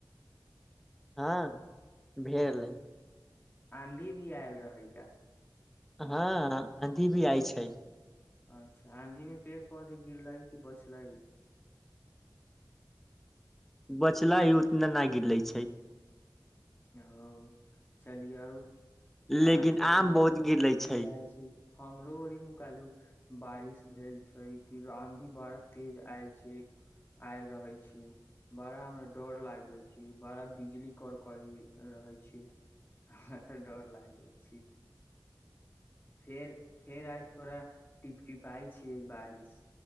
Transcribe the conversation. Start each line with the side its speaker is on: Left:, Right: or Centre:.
Centre: हँ भरै
Left: आँधी भी आयल रहै का
Centre: हँ आधी भी आइ छै
Left: अच्छा आँधी में पेड़ पधे गिरलाइ किी बचलाई
Centre: बचला ही उतना नहि गिर लै छै
Left: ओ चलि आउ
Centre: लेकिन
Left: अहाँके
Centre: आम
Left: ओ
Centre: बहुत
Left: त
Centre: गिरले
Left: दीदी
Centre: छै
Left: आयल छी हमरो ओ नुकालू बारिश भेल छै फिर आंधी बड़ा तेज आयल छै आयल रहे छी बड़ा हमरा डर लागे छै बड़ा बिजली कर की रहै छी हमरा तऽ डर लागि जाइ छी फेर फेर आज थोड़ा टिप टिपाई छीियै बारिश